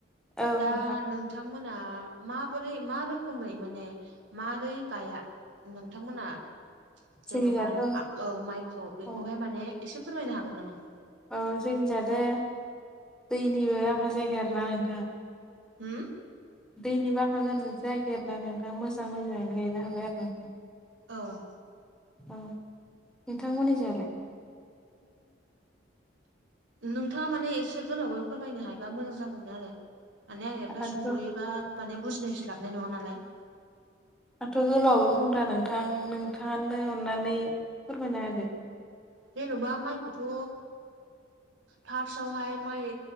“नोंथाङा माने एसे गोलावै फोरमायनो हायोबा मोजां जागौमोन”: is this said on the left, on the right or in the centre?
Right